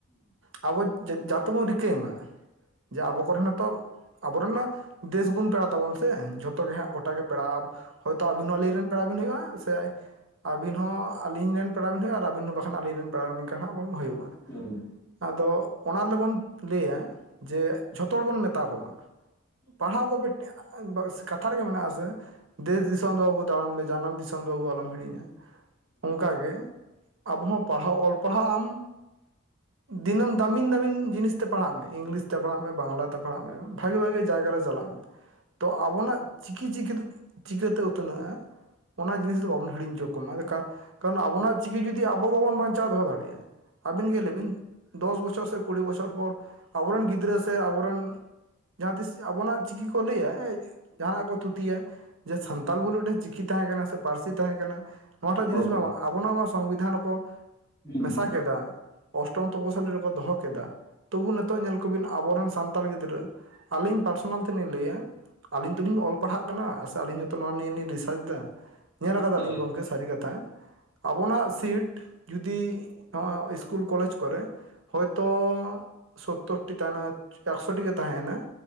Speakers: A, on the right; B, on the left.
A: ᱟᱵᱚ ᱡᱟᱛᱮ ᱵᱚᱱ ᱨᱤᱠᱟᱹᱭ ᱢᱟ᱾ ᱡᱮ ᱟᱵᱚ ᱠᱚᱨᱮᱱ ᱦᱚᱸ ᱛᱚ᱾ ᱟᱵᱚ ᱨᱮᱱ ᱢᱟ ᱫᱮᱥ ᱜᱩᱱ ᱯᱮᱲᱟ ᱛᱟᱵᱚᱱ ᱥᱮ ᱡᱷᱚᱛᱚ ᱜᱮ ᱦᱟᱸᱜ ᱜᱚᱴᱟ ᱜᱮ ᱯᱮᱲᱟᱜᱼᱟ ᱦᱳᱭ ᱛᱳ ᱟᱵᱤᱱ ᱦᱚᱸ ᱟᱞᱤᱧ ᱨᱮᱱ ᱯᱮᱲᱟ ᱵᱤᱱ ᱦᱩᱭᱩᱜᱼᱟ ᱥᱮ ᱟᱹᱵᱤᱱ ᱦᱚᱸ ᱟᱹᱞᱤᱧ ᱨᱮᱱ ᱯᱮᱲᱟ ᱵᱤᱱ ᱦᱳᱭᱳᱜᱼᱟ ᱟᱨ ᱟᱹᱵᱤᱱ ᱵᱟᱠᱷᱟᱱ ᱟᱹᱞᱤᱧ ᱨᱮᱱ ᱯᱮᱲᱟ ᱠᱷᱟᱜ ᱦᱟᱸᱜ ᱵᱚᱱ ᱦᱳᱭᱳᱜᱼᱟ᱾
B: ᱦᱩᱸ
A: ᱟᱫᱚ ᱚᱱᱟ ᱫᱚᱵᱚᱱ ᱞᱟᱹᱭᱟ ᱡᱮ ᱡᱷᱚᱛᱚ ᱦᱚᱲ ᱵᱚᱱ ᱢᱮᱛᱟ ᱠᱚᱢᱟ᱾ ᱯᱟᱲᱦᱟᱣ ᱠᱚ ᱵᱮᱴ ᱠᱟᱛᱷᱟ ᱨᱮᱜᱮ ᱢᱮᱱᱟᱜᱼᱟᱥᱮ ᱫᱮᱥ ᱫᱤᱥᱚᱢ ᱫᱚ ᱵᱟᱵᱚ ᱫᱟᱬᱟᱱ ᱡᱟᱱᱟᱢ ᱫᱤᱥᱚᱢ ᱫᱚᱵᱚ ᱟᱞᱚᱢ ᱦᱤᱲᱤᱧᱟ᱾ ᱚᱱᱠᱟᱜ ᱜᱮ ᱟᱵᱚ ᱦᱚᱸ ᱯᱟᱲᱦᱟᱣ ᱚᱞ ᱯᱟᱲᱦᱟᱣ ᱟᱢ ᱫᱤᱱᱟᱹᱢ ᱫᱟᱹᱟᱢᱤᱱ ᱫᱟᱹᱟᱢᱤᱱ ᱡᱤᱱᱤᱥ ᱛᱮ ᱯᱟᱲᱦᱟᱜ ᱢᱮ ᱤᱝᱞᱤᱥ ᱛᱮ ᱯᱟᱲᱦᱟᱜ ᱢᱮ ᱵᱟᱝᱞᱟᱛᱮ ᱯᱟᱲᱦᱟᱜ ᱢᱮ ᱵᱷᱟᱜᱤ ᱵᱷᱟᱜᱤ ᱡᱟᱭᱜᱟ ᱨᱮ ᱪᱟᱞᱟᱜ ᱢᱮ ᱛᱚ ᱟᱵᱚᱱᱟᱜ ᱪᱤᱠᱤ ᱪᱤᱠᱤᱛᱮ ᱪᱤᱠᱟᱹᱛᱮ ᱩᱛᱱᱟᱹᱜᱼᱟ ᱚᱱᱟ ᱡᱤᱱᱤᱥ ᱫᱚ ᱵᱟᱵᱚᱱ ᱦᱤᱲᱤᱧ <unintelligible> ᱚᱱᱟ ᱞᱮᱠᱟ ᱠᱟᱨᱚᱱ ᱟᱵᱚᱱᱟᱜ ᱪᱤᱠᱤ ᱡᱩᱫᱤ ᱟᱵᱚ ᱵᱟᱵᱚᱱ ᱵᱟᱧᱪᱟᱣ ᱫᱚᱦᱚ ᱫᱟᱲᱮᱭᱟᱜᱼᱟ ᱟᱹᱵᱤᱱ ᱜᱮ ᱞᱮᱵᱤᱱ ᱫᱚᱥ ᱵᱚᱪᱷᱚᱨ ᱥᱮ ᱠᱩᱲᱤ ᱵᱚᱪᱷᱚᱨ ᱯᱚᱨ ᱟᱵᱚᱨᱮᱱ ᱜᱤᱫᱽᱨᱟᱹ ᱥᱮ ᱟᱵᱚᱨᱮᱱ ᱡᱟᱦᱟᱸ ᱛᱤᱥ ᱟᱵᱚᱱᱟᱜ ᱪᱤᱠᱤ ᱠᱚ ᱞᱟᱹᱭᱟ ᱡᱟᱦᱟᱸᱱᱟᱜ ᱠᱚ ᱛᱷᱩᱛᱤᱭᱟ᱾ ᱡᱮ ᱥᱟᱱᱛᱟᱞ ᱵᱚᱞᱮ ᱢᱤᱫᱴᱮᱱ ᱪᱤᱠᱤ ᱛᱟᱦᱮᱸ ᱠᱟᱱᱟ ᱥᱮ ᱯᱟᱹᱨᱥᱤ ᱛᱟᱦᱮᱸ ᱠᱟᱱᱟ ᱱᱚᱣᱟᱴᱟᱜ
B: ᱦᱩᱸ,
A: ᱡᱤᱱᱤᱥ <unintelligible> ᱟᱵᱚᱱᱟᱜ ᱢᱟ ᱥᱚᱝᱵᱤᱫᱷᱟᱱ ᱨᱮᱠᱚ
B: ᱦᱮᱸ,
A: ᱢᱮᱥᱟ
B: ᱦᱮᱸ,
A: ᱠᱮᱫᱟ᱾ ᱚᱥᱴᱚᱢ ᱛᱚᱵᱚ ᱥᱟᱞᱤ ᱨᱮᱠᱚ ᱫᱚᱦᱚ ᱠᱮᱫᱟ ᱛᱚᱵᱩ ᱱᱤᱛᱚᱜ ᱧᱮᱞ ᱠᱚᱵᱤᱱ ᱟᱵᱚᱨᱮᱱ ᱥᱟᱱᱛᱟᱲ ᱜᱤᱫᱽᱨᱟᱹ ᱟᱹᱞᱤᱧ ᱯᱟᱨᱥᱚᱱᱟᱞ ᱞᱤᱧ ᱞᱟᱹᱭᱟ ᱟᱹᱞᱤᱧ ᱛᱚᱞᱤᱧ ᱚᱞ ᱯᱟᱲᱦᱟᱜ ᱠᱟᱱᱟ ᱥᱮ ᱟᱹᱞᱤᱧ ᱦᱚᱸᱛᱚ ᱱᱚᱣᱟ ᱱᱤᱭᱟᱹ ᱞᱤᱧ ᱨᱤᱥᱟᱨᱪ ᱫᱟ᱾ ᱧᱮᱞ ᱠᱟᱫᱟᱞᱤᱧ
B: ᱦᱳᱭ, ᱦᱳᱭ, ᱦᱩᱸ, ᱦᱩᱸ, ᱦᱳᱭ
A: ᱜᱚᱝᱠᱮ
B: ᱚᱱᱟᱜᱮ
A: ᱥᱟᱹᱨᱤ ᱠᱟᱛᱷᱟ ᱟᱵᱚᱱᱟᱜ ᱥᱤᱴ ᱡᱩᱫᱤ ᱱᱚᱣᱟ ᱤᱥᱠᱩᱞ ᱠᱚᱞᱮᱡᱽ ᱠᱚᱨᱮ ᱦᱚᱭᱛᱳ ᱥᱳᱛᱛᱳᱨᱴᱤ ᱛᱟᱦᱮᱸᱱᱟ ᱮᱠᱥᱚ ᱴᱤ ᱜᱮ ᱛᱟᱦᱮᱱᱟ